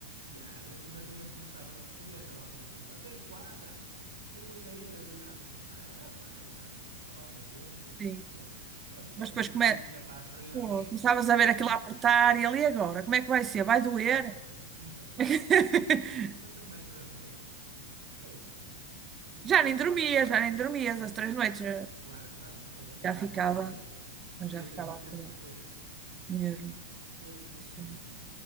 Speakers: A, on the right; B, on the right.
A: Ya, imagina que começava na segunda e acabava na segunda, até a quarta, tu ainda ias lidando, não é? Ah, pá, já, foi na falta, tempo,
B: Sim.
A: pronto. Mas
B: Mas
A: a partir
B: depois come-
A: de quinta para a frente,
B: pô, começavas
A: <laughs> hum,
B: a ver aquilo a apertar e ali agora, como é que vai ser? Vai doer?
A: <laughs> exato, exato.
B: <laughs>
A: Eu só tenho mais três noites, É isto, não
B: Já
A: me estou
B: nem
A: a habituar
B: dormia,
A: a isto.
B: já nem dormia essas
A: Exato,
B: três noites. Já,
A: cl- claro que não, eu já
B: já
A: nunca
B: ficava,
A: mais dormia, ia
B: já ficava
A: ter muito
B: acordada
A: tempo depois,
B: mesmo.
A: <laughs> todo o tempo
B: sério.
A: do mundo.